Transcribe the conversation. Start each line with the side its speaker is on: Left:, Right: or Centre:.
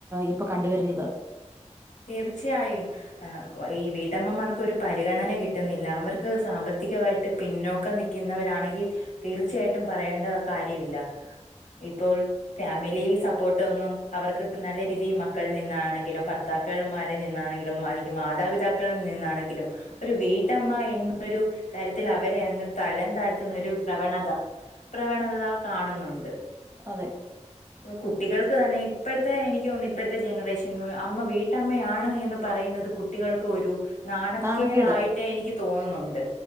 Right: ഇപ്പൊ കണ്ടുവരുന്നത്.
Left: തീർച്ചയായും ഈ വീട്ടമ്മമാർക്ക് ഒരു പരിഗണന കിട്ടുന്നില്ല അവർക്ക് സാമ്പത്തി കത്തികമായിട്ട് പിന്നോക്കം നൽക്കുന്നവരാണെങ്കിൽ തീർച്ചയായിട്ടും പറയേണ്ട കാര്യമില്ല. ഇപ്പോൾ ഫാമിലി സപ്പോർട്ട് ഒന്നും അവർക്ക് നല്ല രീതിയിൽ മക്കളി നിന്നാണെങ്കിലും ഭർ ഭർത്താക്കൻമാരി നിന്നാണെങ്കിലും അല്ലെങ്കിൽ മാതാപിതാക്കളിൽ നിന്നാണെങ്കിലും ഒരു വീട്ടമ്മ എന്നൊരു തരത്തിൽ അവരെ അങ്ങ തരം താഴ്ത്തുന്ന ഒരു പ്രവണത പ്രവണത കാണുന്നുണ്ട്
Right: അതെ
Left: അപ്പൊ കുട്ടികൾക്ക് തന്നെ ഈ ഇപ്പോഴത്തെ എനിക്ക് തോന്നുന്നു ഇപ്പോഴത്തെ ജനറേഷൻ അമ്മ വീട്ടമ്മയാണ് എന്ന് പറയുന്നത് കുട്ടികൾക്ക് ഒരു നാണക്കേടായിട്ട്
Right: നാണക്കേട്
Left: എനിക്ക് തോന്നുന്നുണ്ട്.